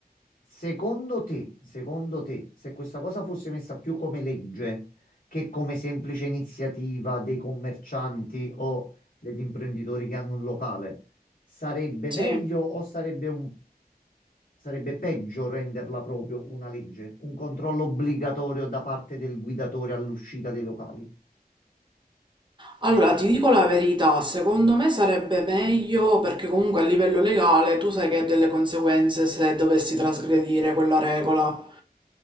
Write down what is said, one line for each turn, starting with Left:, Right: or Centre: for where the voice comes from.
Left: secondo te, secondo te, se questa cosa fosse messa più come legge che come semplice iniziativa dei commercianti o degli imprenditori che hanno un locale, sarebbe
Right: Sì.
Left: meglio o sarebbe un Sarebbe peggio renderla proprio una legge, un controllo obbligatorio da parte del guidatore all'uscita dei locali.
Right: Allora, ti dico la verità, secondo me sarebbe meglio perché comunque a livello legale tu sai che ha delle conseguenze se dovessi trasgredire quella regola.